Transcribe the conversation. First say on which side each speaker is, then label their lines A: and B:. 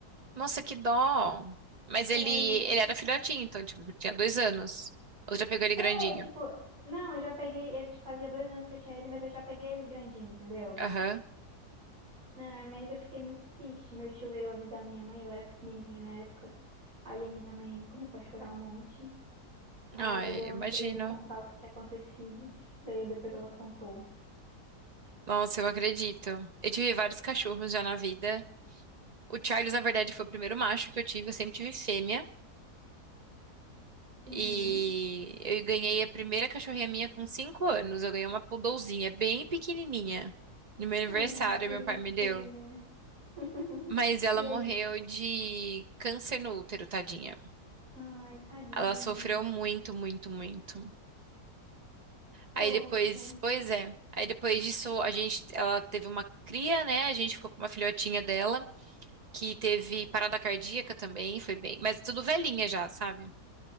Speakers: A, on the right; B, on the right.
A: Nossa, que dó. Mas
B: Foi,
A: ele, ele
B: um,
A: era filhotinho, então, tipo, tinha dois anos. Ou já pegou ele grandinho?
B: é, tipo, não, eu já peguei, eu te- fazia dois anos que eu tinha ele, mas eu já peguei ele grandinho, entendeu?
A: Aham.
B: Ai, mas eu fiquei muito triste, meu tio veio avisar minha mãe, eu era pequenininha na época, aí a minha mãe começou a chorar um monte, Aí
A: Ai,
B: ela
A: eu
B: não
A: imagino.
B: queria me contar o que tinha acontecido. Daí depois ela contou.
A: Nossa, eu acredito. Eu tive vários cachorros já na vida. O Charles, na verdade, foi o primeiro macho que eu tive. Eu sempre tive fêmea.
B: Uhum.
A: E eu ganhei a primeira cachorrinha minha com cinco anos. Eu ganhei uma poodlezinha, bem pequenininha. No meu aniversário,
B: Ai, que bonitinha.
A: meu pai me deu.
B: <laughs>
A: Mas ela
B: E
A: morreu
B: aí?
A: de câncer no útero, tadinha.
B: Ai, tadinha.
A: Ela sofreu muito, muito, muito.
B: Poxa,
A: Aí depois, pois é. Aí depois disso, a gente, ela teve uma cria, né? A gente ficou com uma filhotinha dela, que teve parada cardíaca também, foi bem, mas tudo velhinha já, sabe?